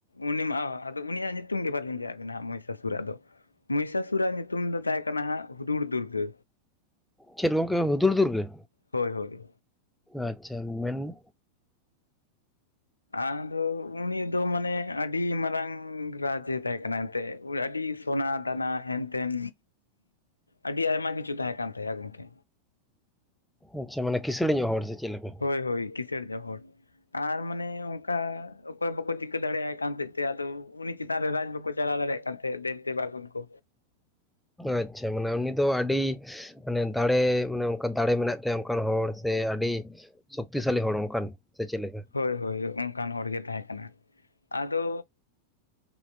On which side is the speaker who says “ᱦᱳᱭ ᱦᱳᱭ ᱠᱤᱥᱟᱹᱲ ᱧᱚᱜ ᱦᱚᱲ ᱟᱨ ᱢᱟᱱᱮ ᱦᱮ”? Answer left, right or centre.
Left